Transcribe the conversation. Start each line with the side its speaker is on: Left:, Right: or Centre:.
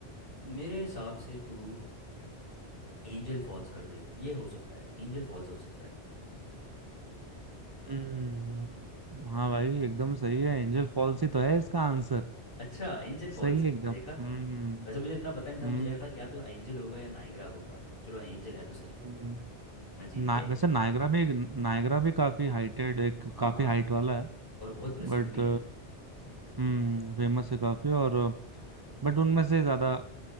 Left: मेरे हिसाब से तू एंजल फॉल्स कर दे ये हो सकता है एंजल फॉल्स हो सकता है
Right: हम्म हाँ भाई एकदम सही है एंजल फॉल्स ही तो है इसका आंसर
Left: अच्छा एंजल फॉल्स
Right: सही
Left: है
Right: है एकदम
Left: देखा
Right: हम्म
Left: वैसे मुझे इतना पता नहीं था मुझे
Right: हम्म
Left: लगा था कि या तो एंजल होगा या नायग्रा होगा चलो एंजल है तो सही है
Right: हम्म।
Left: मैं जीत
Right: ना,
Left: गया एक
Right: वैसे
Left: पॉइंट
Right: नायगरा भी नायगरा भी काफी हाइटेड एक
Left: हाँ
Right: काफी हाइट वाला है
Left: और बहुत प्रसिद्ध
Right: बट
Left: भी है
Right: हम्म फेमस है काफी और बट उनमें से ज्यादा